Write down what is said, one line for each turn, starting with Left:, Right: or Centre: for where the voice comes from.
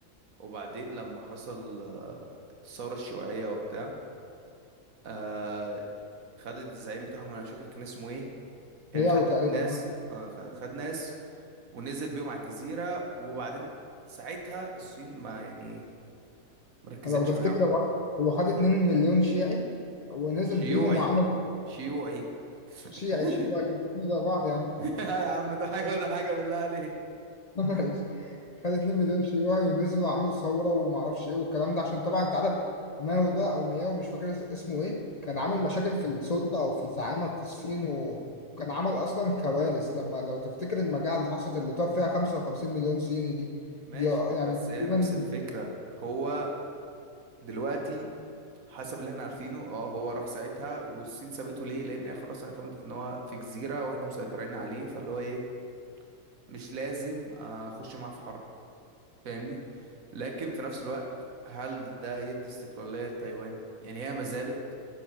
Right: وبعدين لما حصل آه، الثورة الشيوعية وبتاع آه، خدت الزعيم بتاعهم انا مش فاكر كان اسمه ايه يعني
Left: وتقريبا
Right: خد ناس
Left: آه،
Right: آه، خ- خد ناس ونزل بيهم على الجزيرة وبعدين ساعتها الصين ما يعني إيه، مركزتش
Left: لو تفتكر
Right: معاهم
Left: هو هو خد 2 مليون شيعي ونزل
Right: شيوعي
Left: بيهم وعمل
Right: شيوعي <laughs>
Left: شيعي شيوعي وكل ده بعض يعني
Right: يا عم ده حاجة وده حاجة بالله عليك
Left: <laughs> خد 2 مليون شيوعي ونزلوا وعملوا ثوره وما اعرفش ايه والكلام ده عشان طبعا انت عارف ماو ده او مياو مش فاكر اس- اسمه ايه كان
Right: مم.
Left: عامل مشاكل في السلطه او في الزعامه في الصين وكان عمل اصلا كوارث لما لو تفتكر المجاعه اللي حصلت اللي طار فيها 55 مليون صيني دي
Right: ماشي
Left: دي آه، يعني
Right: بس
Left: تقريبا
Right: هي نفس الفكرة هو دلوقتي حسب اللي احنا عارفينه اه هو راح ساعتها والصين سابته ليه لان هي خلاص اعتمدت ان هو في جزيرة واحنا مسيطرين عليه فاللي هو ايه مش لازم آه، اخش معاه في حرب فاهمني لكن في نفس الوقت هل ده يدي استقلالية لتايوان يعني هي ما زالت